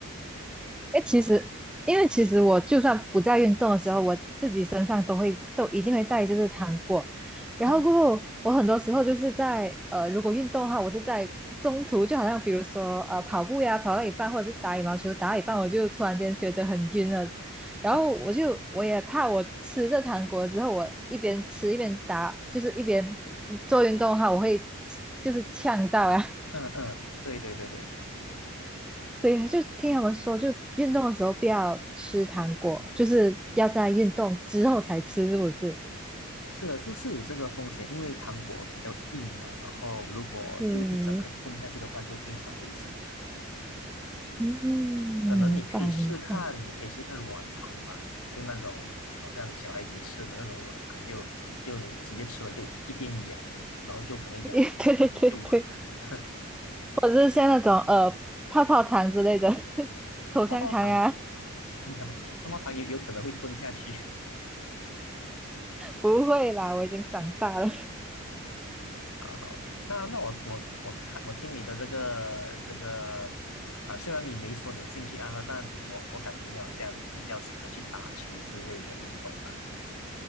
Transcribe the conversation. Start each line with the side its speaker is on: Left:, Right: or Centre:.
Centre: 哎，其实因为其实我就算不在运动的时候，我自己身上都会都一定会带就是糖果，然后过后我很多时候就是在呃，
Left: 嗯
Centre: 如果运动的话，我是在中途，就好像比如说呃跑步呀，跑到一半或者是打羽毛球打到一半，我就突然间觉得很晕了，然后我就我也怕我吃这糖果之后，
Left: <laughs>
Centre: 我一边吃一边打，就是一边做运动的话，我会就是呛到呀，
Left: 嗯嗯，对对对对。
Centre: 对，呀，就听他们说，就运动的时候不要吃糖果，就是要在运动之后才吃，是不是？
Left: 是的，是是有这个风险，因为糖果比较硬嘛，然后如果就一整颗吞下去的话，
Centre: 对，
Left: 就非常危险。
Centre: 嗯，
Left: 可能你可以试看，
Centre: 明白明白，
Left: 你可以试看软糖吧，就那种好像小孩子吃的那种软糖，就就你直接吃了，就一边咬，然后就可能咬个一两口就完了。
Centre: <laughs> 对对对对，
Left: <laughs>
Centre: 或者是像那种呃泡泡糖之类的，<laughs> 口香糖啊，
Left: 泡泡糖，<laughs> 泡泡糖有有可能会吞下去。
Centre: 不会啦，我已经长大了。
Left: 好好，那那我我我看我听你的这个这个啊，虽然你没说你的兴趣爱好，但我我感觉你好像比较喜欢去打球之类的运动吧？